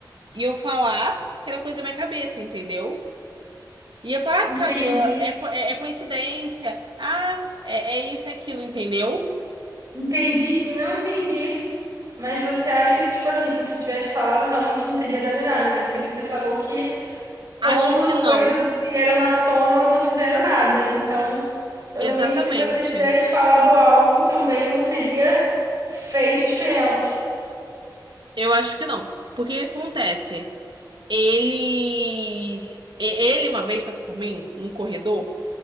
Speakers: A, on the right; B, on the right.
A: ia eu falar que era coisa da minha cabeça, entendeu? E ia falar,
B: Entendi.
A: ah, Camila, é, co- é, é coincidência. Ah, é, é isso, é aquilo, entendeu?
B: Entendi, sim, não entendi. Mas você acha que, tipo assim, se você tivesse falado, realmente não teria dado em nada, né? Porque você falou que Quando
A: Acho que
B: as
A: não.
B: coisas vieram à tona, elas não fizeram nada. Então, provavelmente,
A: Exatamente.
B: se você tivesse falado algo, também não teria feito diferença.
A: Eu acho que não. Porque o que acontece? Eles. e- Ele uma vez passou por mim, num corredor,